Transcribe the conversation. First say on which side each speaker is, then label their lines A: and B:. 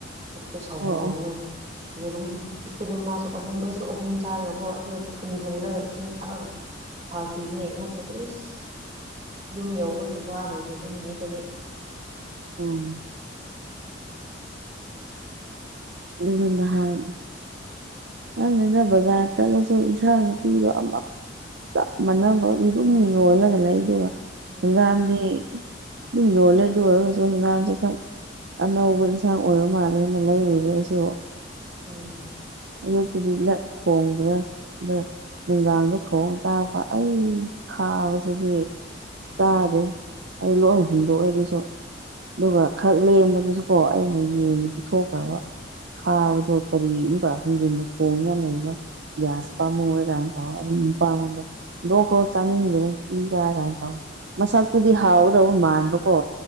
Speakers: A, on the right; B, on the right.
A: ꯕꯨꯛꯇꯣ ꯁꯥꯎꯕ
B: ꯑꯣ
A: ꯍꯧꯔꯤꯅꯤ
B: ꯑꯣ
A: ꯌꯦꯔꯨꯝ ꯎꯐꯨꯠꯄꯗꯣ ꯃꯥꯁꯨ ꯑꯍꯨꯝ ꯑꯩꯁꯨ ꯑꯍꯨꯝ ꯆꯥꯔꯒꯀꯣ ꯑꯗꯨ ꯐꯨꯟꯓꯜꯂꯒ ꯏꯁꯤꯡ ꯊꯛꯑꯒ ꯐꯈꯤꯕꯅꯦ ꯅꯠꯇ꯭ꯔꯗꯤ ꯑꯁ ꯌꯨꯝ ꯌꯧꯕꯒꯤ ꯋꯥ ꯂꯩꯇꯦ ꯑꯗꯨ ꯅꯨꯃꯤꯠꯇꯗꯤ
B: ꯎꯝ ꯑꯗꯨꯒ ꯅꯍꯥꯟ ꯈꯪꯗꯦꯗꯥ ꯕꯖꯥꯔ ꯆꯠꯂꯁꯨ ꯏꯟꯁꯥꯡ ꯅꯨꯄꯤꯗꯣ ꯑꯃꯨꯛ ꯆꯞ ꯃꯥꯟꯅꯕꯒꯤ ꯑꯗꯨꯝ ꯌꯣꯜꯂꯒ ꯂꯩꯗꫭꯕ
A: ꯎꯝ
B: UNINTELLIGIBLE ꯑꯗꯨꯝ ꯌꯣꯜꯂꯦ ꯑꯗꯨ ꯑꯣꯏꯔꯒꯁꯨ ꯉꯥꯡꯁꯦ ꯈꯛ ꯑꯅꯧꯕ ꯏꯟꯁꯥꯡ ꯑꯣꯏꯔ ꯃꯥꯜꯂꯦꯅ ꯂꯩꯔꯨꯔꯦ ꯑꯩꯁꯨ
A: ꯎꯝ
B: ꯑꯌꯨꯛꯇꯒꯤ ꯂꯠ ꯊꯣꯡꯗ꯭ꯔꯦ ꯑꯗꫭ ꯅꯨꯡꯗꯥꯡꯗ ꯊꯣꯡꯉꯥ ꯆꯥꯕ ꯑꯩ ꯈꯥꯕꯁꯤꯗꯤ ꯆꯥꯗꯦ
A: ꯎꯝ
B: ꯑꯩ ꯂꯣꯏꯅ ꯍꯨꯟꯗꯣꯛꯑꯣ ꯑꯗꯨꯁꯨ ꯑꯗꯨꯒ ꯈꯔ ꯂꯦꯝꯕꯗꯨꯁꯨꯀꯣ ꯑꯩꯅ ꯌꯦꯡꯉꯦ ꯄꯤꯊꯣꯛꯈ꯭ꯔꯕ ꯈꯥꯕꯗꯣ ꯀꯔꯤꯒꯨꯝꯕ ꯍꯟꯖꯤꯟꯅ ꯊꯣꯡꯉꯅ ꯂꯩꯕ ꯭ꯁ ꯄꯥꯝꯃ ꯑꯣꯏ ꯗꯣ ꯈ ꯔꯣꯖ ꯆꯅꯤꯡꯗꯅꯦ ꯏꯒꯑꯒꯥꯏ ꯇꯧ ꯃꯁꯛꯇꯨꯗꯤ ꯍꯥꯎꯒꯗꯕ ꯃꯥꯟꯕꯀꯣ